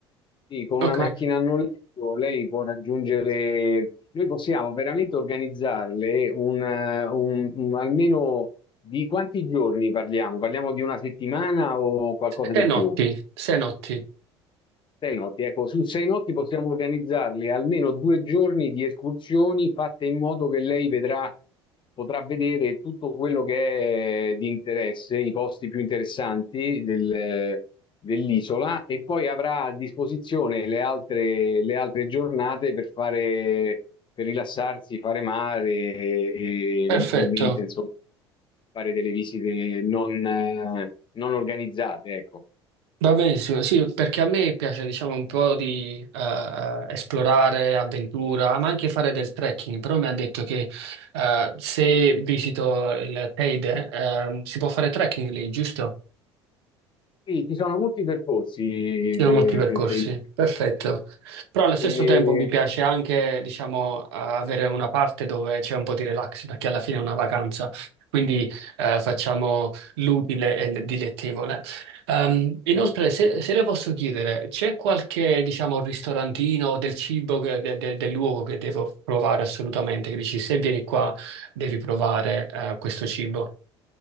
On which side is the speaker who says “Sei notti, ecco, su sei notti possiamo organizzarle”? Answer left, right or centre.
Left